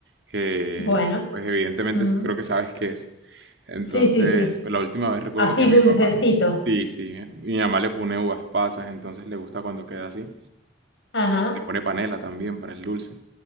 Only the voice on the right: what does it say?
que
pues evidentemente
s- creo que sabes qué es. Entonces,
la última vez recuerdo
que
mi mamá, sí, sí, mi mamá le pone uvas pasas, entonces le gusta cuando queda así.
Le pone panela también para el dulce.